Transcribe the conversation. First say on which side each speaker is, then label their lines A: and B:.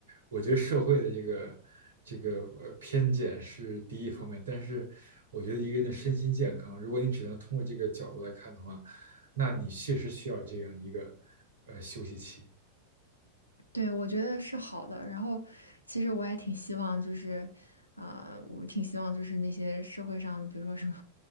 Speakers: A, on the right (about 70°); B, on the left (about 80°).
A: 我觉得社会的这个这个呃偏见是第一方面，但是我觉得一个人的身心健康，如果你只能通过这个角度来看的话，那你确实需要这样一个呃休息期。
B: 对，我觉得是好的。然后，其实我也挺希望，就是，啊、我挺希望就是那些社会上，比如说什么，